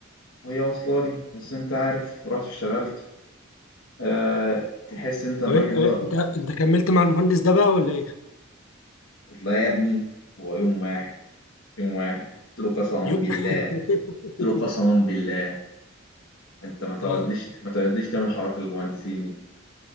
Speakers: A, on the left; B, on the left.
A: هي وصلالي بس انت عارف رحت اشتغلت أه تحس انت الراجل
B: طب انت انت
A: لا
B: انت كملت مع المهندس ده بقى ولا ايه؟
A: والله يا ابني هو يوم واحد يوم واحد قلت له قسما
B: يو-
A: بالله
B: <laughs>
A: قلت له قسما بالله انت ما تقعدليش
B: اه
A: ما تقعدليش تعمل حارات المهندسين دي